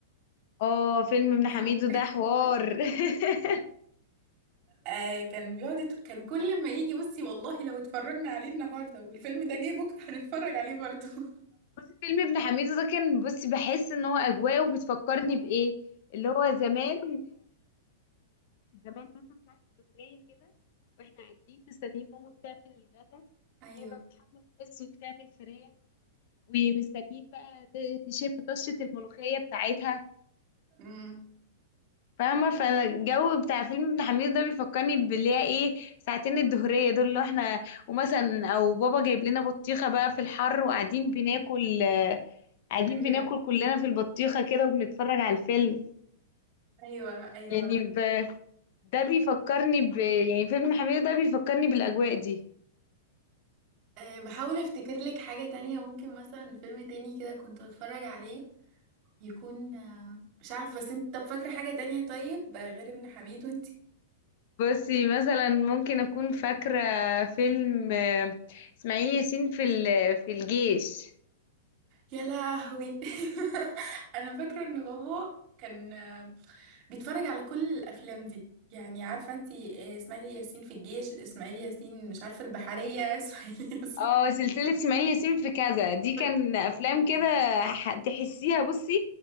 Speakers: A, on the left; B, on the right.
A: اه فيلم ابن
B: <laughs>
A: حميدو ده حوار <laughs>
B: آه كان بيقعد يت... كان كل ما يجي بصي والله لو اتفرجنا عليه النهارده والفيلم ده جه بكره <laughs> هنتفرج عليه برضه
A: بصي فيلم ابن حميدو ده كان بصي بحس ان هو اجواءه بتفكرني بايه اللي هو زمان زمان مثلا ساعة الظهرية كده واحنا قاعدين مستنيين ماما بتعمل الغدا
B: <laughs> ايوه
A: اللي هي بقى بتحمر رز وبتعمل فراخ ومستنيين بقى ت- نشم طشة الملوخية بتاعتها
B: امم
A: فاهمة فانا الجو بتاع فيلم ابن حميد ده بيفكرني باللي هي ايه ساعتين الظهرية دول اللي احنا ومثلا او بابا جايب لنا بطيخة بقى في الحر وقاعدين بناكل آه، قاعدين
B: ايوه
A: بناكل كلنا في البطيخة كده وبنتفرج على الفيلم
B: ايوه ايوه
A: يعني ب... ده بيفكرني ب... يعني فيلم حميد ده بيفكرني بالأجواء دي
B: أه بحاول افتكر لك حاجة تانية ممكن مثلا فيلم تاني كده كنت اتفرج عليه يكون آه، مش عارف بس انت طب فاكرة حاجة تانية طيب آه، غير ابن حميد وانتي
A: بصي مثلا ممكن اكون فاكره فيلم آه، اسماعيل ياسين في ال- في الجيش
B: يا لهوي <laughs> انا فاكرة ان بابا كان آه، بيتفرج على كل الافلام دي يعني عارفه انت آه، اسماعيل ياسين في الجيش اسماعيل ياسين مش عارفه البحريه <laughs> اسماعيل ياسين
A: اه سلسله اسماعيل ياسين في كذا دي كان
B: كل
A: افلام كده ح- تحسيها بصي